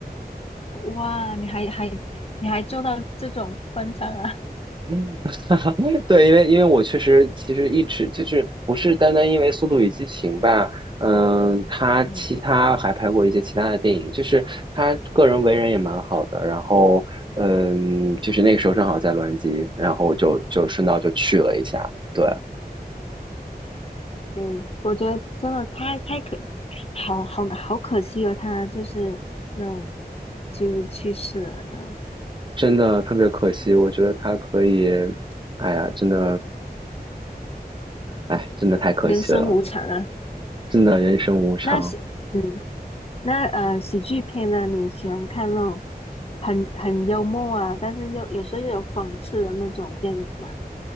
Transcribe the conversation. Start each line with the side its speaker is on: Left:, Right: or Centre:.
Left: 哇，你还还你还做到这种份上啊？
Right: 嗯 <laughs>，对，因为因为我确实其实一直就是不是单单因为《速度与激情》吧，嗯，他其他还拍过一些其他的电影，
Left: <laughs> 嗯，
Right: 就是他个人为人也蛮好的，然后嗯，就是那个时候正好在洛杉矶，然后就就顺道就去了一下，对。
Left: 对，我觉得真的太太可，好好好可惜了，他就是那种就是去世了都，
Right: 真的特别可惜，我觉得他可以，哎呀，真的，哎，真的太可惜了，
Left: 人生无常啊。
Right: 真的人生无常。
Left: 那喜嗯，那呃喜剧片呢？你喜欢看那种很很幽默啊，但是又有时候又有讽刺的那种电影吗？